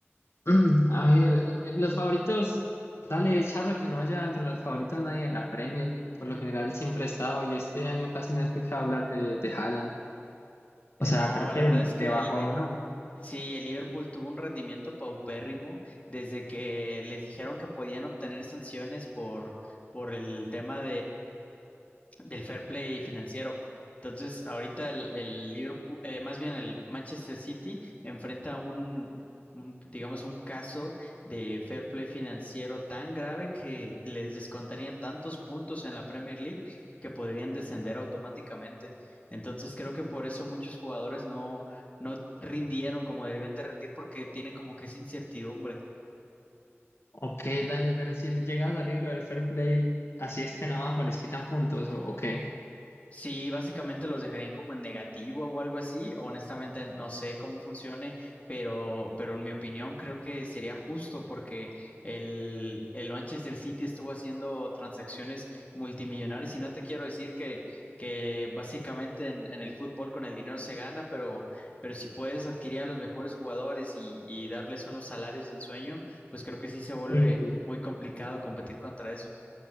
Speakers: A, on the left; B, on the left.
A: mm, a ver, eh, los favoritos, dale, charro que no haya entre los favoritos nadie de la Premier. Por lo general siempre he estado y este año casi no he escuchado hablar de, de Haaland.
B: Eh,
A: O sea,
B: No,
A: creo que
B: la verdad es que
A: le bajó
B: el-
A: o
B: eh,
A: no.
B: sí, el Liverpool tuvo un rendimiento paupérrimo desde que les dijeron que podían obtener sanciones por, por el tema del fair play financiero. Entonces, ahorita el, el Liverpool, eh, más bien el Manchester City enfrenta un, un, digamos, un caso de fair play financiero tan grave que les descontarían tantos puntos en la Premier League que podrían descender automáticamente. Entonces, creo que por eso muchos jugadores no, no rindieron como debían de rendir porque tienen como que esa incertidumbre.
A: Ok, dale, pero si le llega a salir lo del fair play, así estén abajo, les quitan puntos o, o qué.
B: Sí, básicamente los dejarían como en negativo o algo así. Honestamente, no sé cómo funcione, pero, pero en mi opinión creo que sería justo porque el, el Manchester City estuvo haciendo transacciones multimillonarias y no te quiero decir que, que básicamente en, en el fútbol con el dinero se gana, pero, pero si puedes adquirir a los mejores jugadores y, y darles unos salarios de ensueño, pues creo que sí se vuelve
A: Sí, sí.
B: muy complicado competir contra eso.